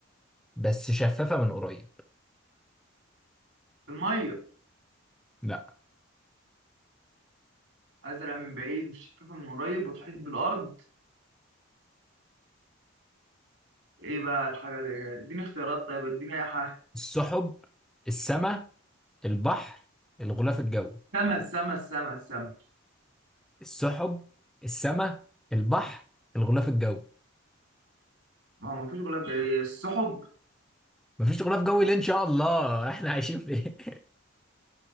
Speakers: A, in the centre; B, on the right.
A: بس شفافة من قريب
B: المية
A: لا
B: أزرع من بعيد والشفافة من قريب وتحيط بالأرض إيه بقى الحاجة اللي إديني اختيارات طيب إديني أي حاجة
A: السحب السماء البحر الغلاف الجوي
B: سما السما السما السما
A: السحب السماء البحر الغلاف الجوي
B: ما هو مفيش غلاف جوي السحب
A: مفيش غلاف جوي ليه إن شاء الله <laughs> احنا عايشين فين